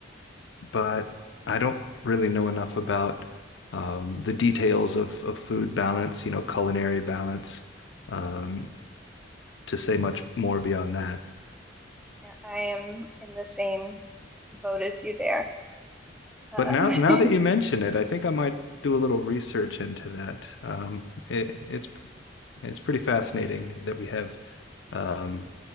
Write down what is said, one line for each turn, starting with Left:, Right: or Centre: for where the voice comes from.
Left: but I don't really know enough about um, the details of, of food balance, you know, culinary balance, um, to say much more beyond that.
Centre: Yeah, I am in the same boat as you there. Uh,
Left: But now, now
Centre: <laughs>
Left: that you mention it, I think I might do a little research into that. Um, it, it's it's pretty fascinating that we have um,